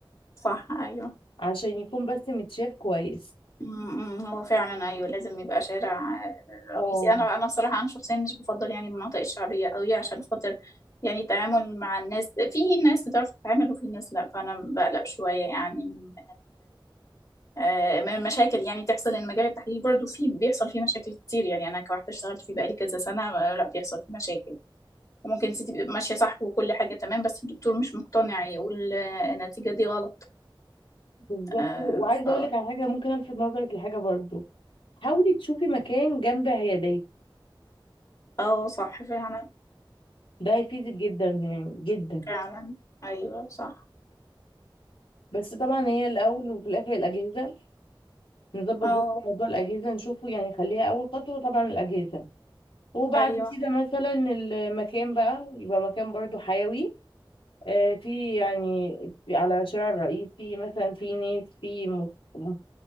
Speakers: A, on the left; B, on the left.
A: صح ايوه
B: عشان يكون بس متشاف كويس
A: أمم، أمم، هو فعلا ايوه لازم يبقى شارع آه،
B: اه
A: رئيسي انا انا بصراحه انا شخصيا مش بفضل يعني المناطق الشعبيه قوي عشان خاطر يعني التعامل مع الناس في ناس بتعرف تتعامل وفي ناس لا فانا بقلق شويه يعني من آه، من المشاكل يعني تحصل ان مجال التحليل برضو فيه بيحصل فيه مشاكل كتير يعني انا كواحده اشتغلت فيه بقالي كذا سنه آه، لا بيحصل فيه مشاكل وممكن انت تبقي ماشيه صح وكل حاجه تمام بس الدكتور مش مقتنع يقول آه، النتيجه دي غلط
B: بالظبط
A: آه،
B: وعايزه
A: ف
B: اقول لك على حاجه ممكن الفت نظرك لحاجه برضو حاولي تشوفي مكان جنب عيادات
A: اه صح فعلا
B: ده هيفيدك جدا يعني جدا
A: فعلا ايوه صح
B: بس طبعا هي الاول وفي الاخر الاجهزه نظبط
A: اه
B: بس موضوع الاجهزه نشوفه يعني خليها اول خطوه طبعا الاجهزه وبعد
A: ايوه
B: كده مثلا المكان بقى يبقى مكان برضو حيوي آه، في يعني في على شارع الرئيس في مثلا في ناس في م... م-